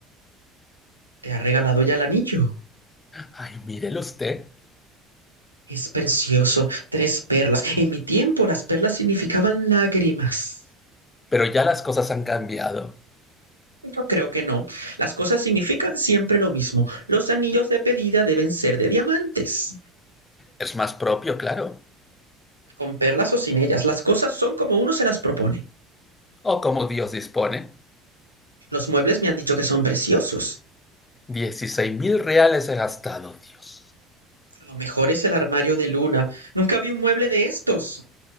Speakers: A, on the right; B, on the left.
A: te ha regalado ya el anillo
B: Ay, mírelo usted.
A: es precioso tres perlas en mi tiempo las perlas significaban lágrimas
B: Pero ya las cosas han cambiado.
A: Yo creo que no. Las cosas significan siempre lo mismo. Los anillos de pedida deben ser de diamantes.
B: Es más propio, claro.
A: Con perlas o sin ellas, las cosas son como uno se las propone.
B: O como Dios dispone.
A: Los muebles me han dicho que son preciosos.
B: Dieciséis mil reales he gastado, Dios.
A: Lo mejor es el armario de Luna. Nunca vi un mueble de estos.